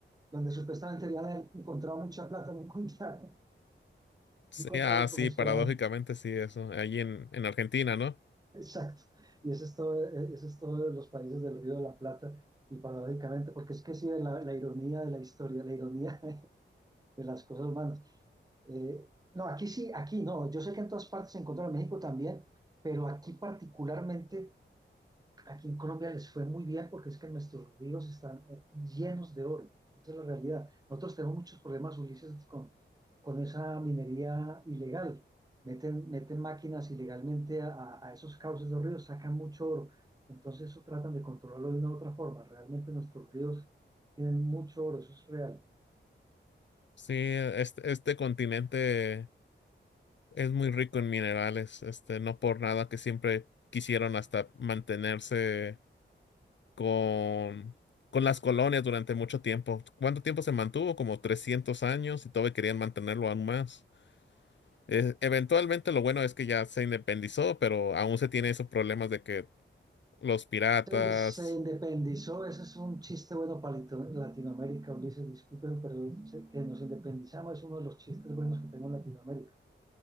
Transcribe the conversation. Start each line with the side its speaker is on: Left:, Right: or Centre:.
Right: donde supuestamente habían encontrado mucha plata, <laughs> no encontraron,
Left: sí,
Right: no encontraron
Left: ah, sí,
Right: como esperaban.
Left: paradójicamente sí, eso, allí en, en Argentina, ¿no?
Right: Exacto. Y eso es todo, eh, eso es todo de los países del Río de la Plata. Y paradójicamente, porque es que sí, la, la ironía de la historia, la ironía <laughs> de las cosas humanas. Eh, no, aquí sí, aquí no. Yo sé que en todas partes se encontró en México también, pero aquí particularmente aquí en Colombia les fue muy bien porque es que nuestros ríos están eh, llenos de oro. Esa es la realidad. Nosotros tenemos muchos problemas, Ulises, con, con esa minería ilegal. Meten, meten máquinas ilegalmente a, a esos cauces de los ríos, sacan mucho oro. Entonces eso tratan de controlarlo de una u otra forma. Realmente nuestros ríos tienen mucho oro, eso es real.
Left: Sí, este, este continente es muy rico en minerales, este, no por nada que siempre quisieron hasta mantenerse con, con las colonias durante mucho tiempo. ¿Cuánto tiempo se mantuvo? Como 300 años y todavía querían mantenerlo aún más. Eh, eventualmente lo bueno es que ya se independizó, pero aún se tiene esos problemas de que los piratas.
Right: Entonces, Se independizó, ese es un chiste bueno para Latinoamérica, Ulises, disculpen, pero que nos independizamos es uno de los chistes buenos que tengo en Latinoamérica.